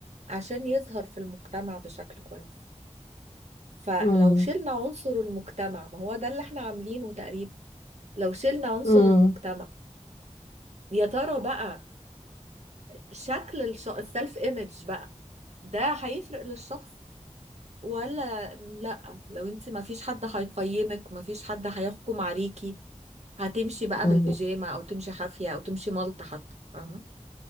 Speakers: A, on the right; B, on the left.
A: عشان يظهر في المجتمع بشكل كويس فلو
B: مم.
A: شلنا عنصر المجتمع ما هو ده اللي احنا عاملينه تقريبا لو شلنا عنصر
B: مم.
A: المجتمع يا ترى بقى الشكل الش... السلف ايمج بقى ده هيفرق للشخص ولا لا لو انت ما فيش حد هيقيمك ما فيش حد هيحكم عليكي هتمشي بقى
B: مم.
A: بالبيجامه او تمشي حافيه او تمشي ملط حتى فاهمه